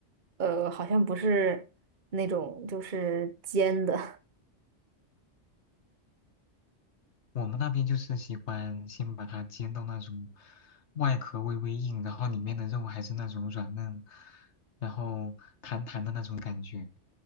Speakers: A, on the right (about 45°); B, on the left (about 70°).
A: 呃，好像不是那种就是煎的，
B: 我们那边就是喜欢先把它煎到那种外壳微微硬，然后里面的肉还是那种软嫩，然后弹弹的那种感觉。